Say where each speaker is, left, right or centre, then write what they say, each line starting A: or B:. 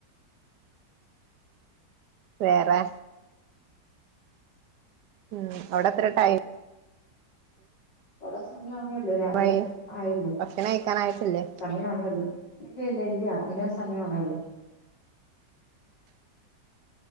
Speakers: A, on the right; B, on the left.
A: വേറെ ഉം അവ്ടെ എത്ര ടൈം
B: ഇവ്ടെ സമയാവ്ണേള്ളൂ
A: ടൈമായി
B: രാവ് ലെ ആയേള്ളൂ
A: ഭക്ഷണം കഴിക്കാനായിട്ടില്ലേ
B: സമയ ആവ്ണേള്ളു ഇല്ല ഇല്ല ഇല്ല അയിന് സമയാവ്ണേള്ളൂ